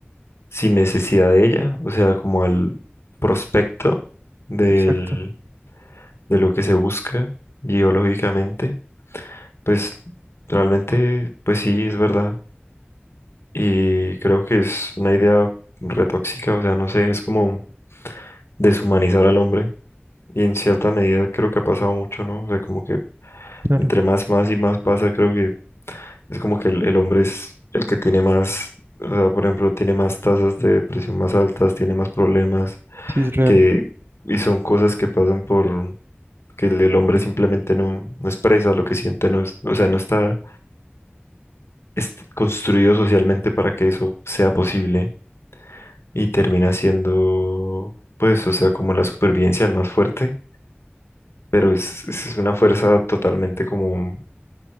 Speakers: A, on the left (about 85°); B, on the right (about 60°).
A: sin necesidad de ella, o sea, como al prospecto del,
B: Exacto,
A: de lo que se busca biológicamente, pues realmente, pues sí, es verdad. Y creo que es una idea retóxica, o sea, no sé, es como deshumanizar al hombre y en cierta medida creo que ha pasado mucho, ¿no? O sea, como que
B: claro,
A: entre más, más y más pasa, creo que es como que el, el hombre es el que tiene más, o sea, por ejemplo, tiene más tasas de depresión más altas, tiene más problemas,
B: sí es real,
A: que, y son cosas que pasan por que el, el hombre simplemente no, no expresa lo que siente, no es- o sea, no está es construido socialmente para que eso sea posible y termina siendo, pues, o sea, como la supervivencia del más fuerte. pero es, es una fuerza totalmente como